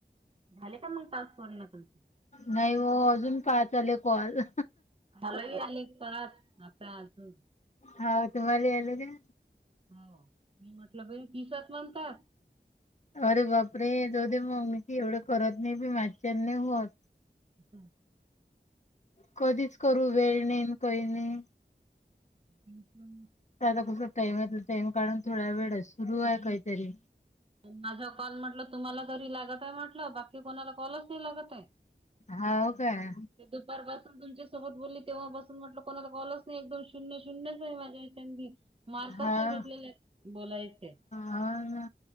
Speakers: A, on the right (about 30°); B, on the left (about 40°).
A: झाले का मग तास कर ना तुम.
B: नाही हो अजून पाह चाले कल.
A: मलाही आली परत आता अजून.
B: हा तु म्हाला एल.
A: हो मी म्हटलं बई दिसत बनतात.
B: अरे बाप रे दो दे मग मी एवढे करत नाही बी माझच्यानी होत.
A: हा.
B: कधीच करू वेळ नाहीन कही नाही.
A: हम्
B: आता कस टाइम टाइम काढून थोडा वेळ सुरू आहे काहीतरी.
A: माझा कॉल म्हटलं तुम्हाला तरी लागत आहे म्हटलं बाकी कोणाला कॉलच लागत आहे.
B: हाव काय?
A: ते दुपारपासून तुमच्या सोबत बोलली तेव्हापसून म्हटल कोणाला कॉलच नाही एक दोन शून्य शून्य माझ्या <unintelligible> मार्कच
B: हा
A: नाही घटलेले
B: हा
A: बोलायचे.
B: हा ना.